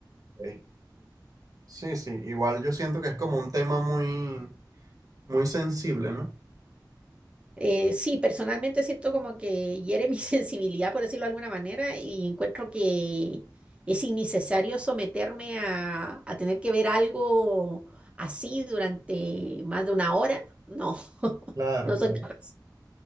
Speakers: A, on the right; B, on the right.
A: Ok. Sí, sí, igual yo siento que es como un tema muy Muy sensible, ¿no?
B: Eh, sí, personalmente siento como que hiere mi <laughs> sensibilidad, por decirlo de alguna manera, y encuentro que es innecesario someterme a, a tener que ver algo así durante más de una hora. No, <laughs>
A: Claro,
B: no
A: claro.
B: soy capaz.